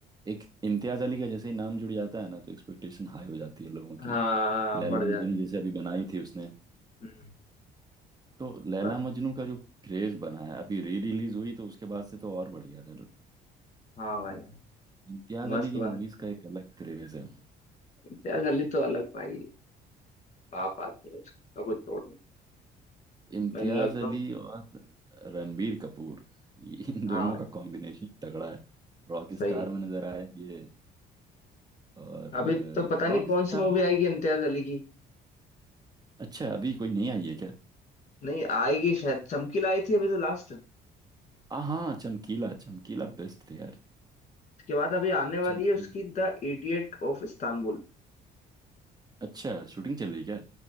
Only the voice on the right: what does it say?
एक इम्तियाज अली का जैसे ही नाम जुड़ जाता है ना तो एक्सपेक्टेशन हाई हो जाती है लोगों
की लैला
मजनू जैसे अभी बनाई थी उसने
तो लैला
मजनू का जो क्रेज बना है अभी री रिलीज हुई तो उसके बाद से तो और बढ़ गया था
इम्तियाज
अली की
मूवीज का एक अलग क्रेज है
इम्तियाज
अली और रणबीर कपूर ये- इन
दोनों का कॉम्बिनेशन तगड़ा है रॉक
स्टार
में नजर आया ये और
रॉक
स्टार
अच्छा अभी कोई नहीं आई है क्या
आ हाँ चमकीला चमकीला बेस्ट थे यार
चमकीला
अच्छा शूटिंग चल रही है क्या